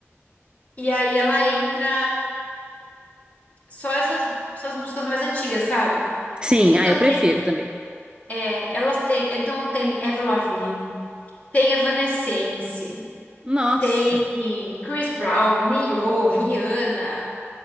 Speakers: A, on the left; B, on the right.
A: e aí ela entra só essas, essas músicas mais antigas, sabe?
B: sim,
A: Então
B: ah, eu prefiro
A: tem,
B: também.
A: é, elas têm, então tem Avril Lavigne, tem Evanescence,
B: Nossa,
A: tem Chris Brown, Nio, Rihanna.